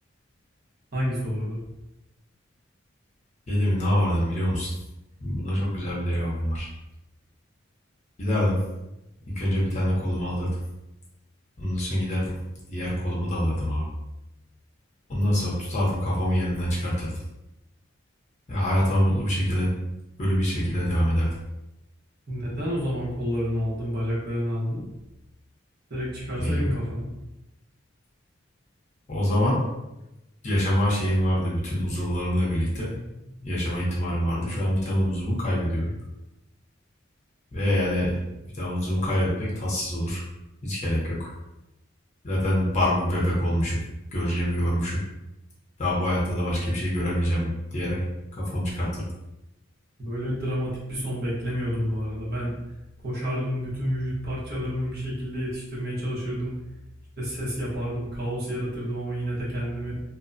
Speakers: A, on the right; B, on the left.
A: Hangisi olurdu?
B: Şey mi ne yapardım biliyor musun? Buna çok güzel bir cevabım var. Giderdim. İlk önce bir tane kolumu alırdım. Ondan sonra giderdim. Diğer kolumu da alırdım abi. Ondan sonra tutardım kafamı yerinden çıkartırdım. Ya hayatıma mutlu bir şekilde, böyle bir şekilde devam ederdim.
A: Neden o zaman kollarını aldın, bacaklarını aldın? Direkt çıkarsaydın
B: Ne gibi?
A: kafanı.
B: O zaman yaşama şeyim vardı. Bütün uzuvlarımla birlikte yaşama ihtimalim vardı. Şu an bir tane uzuvumu kaybediyorum. Ve yani bir tane uzuvumu kaybetmek tatsız olur. Hiç gerek yok. Zaten Barbie bebek olmuşum. Göreceğimi görmüşüm. Daha bu hayatta da başka bir şey göremeyeceğim diyerek kafamı çıkartırdım.
A: Böyle dramatik bir son beklemiyordum bu arada. Ben koşardım, bütün vücut parçalarımı bir şekilde yetiştirmeye çalışırdım. İşte ses yapardım, kaos yaratırdım ama yine de kendimi